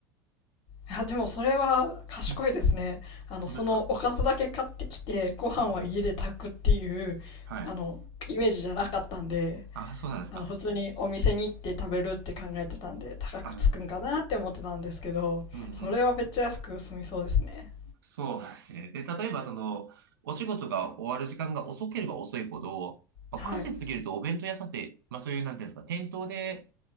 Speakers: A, on the left; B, on the right.
A: あでもそれは賢いですねあのそのおかずだけ買ってきてご飯は家で炊くっていうあのイメージじゃなかったんで
B: うん。本当ですかうんうん。はい。あ、そうなんですか。
A: あの普通にお店に行って食べるって考えてたんで高くつくんかなって思ってたんですけどそれはめっちゃ安く済みそうですね
B: あ、まあそうです。うんうん。そうですね。で、例えばその、お仕事が終わる時間が遅ければ遅いほど、まあ、
A: はい
B: 9時過ぎるとお弁当屋さんって、まあそういう、なんていうんですか、店頭で、